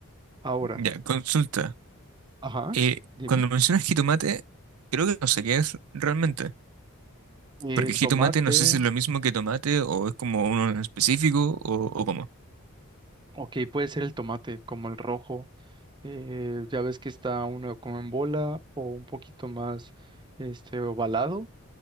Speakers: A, on the right (about 20°); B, on the right (about 80°).
A: Ahora,
B: Ya, consulta.
A: ajá,
B: Eh,
A: dime.
B: cuando mencionas jitomate, creo que no sé qué es realmente.
A: Eh,
B: Porque jitomate
A: tomate,
B: no sé si es lo mismo que tomate o es como uno en específico o, o cómo.
A: ok, puede ser el tomate, como el rojo. eh, ya ves que está uno como en bola o un poquito más este, ovalado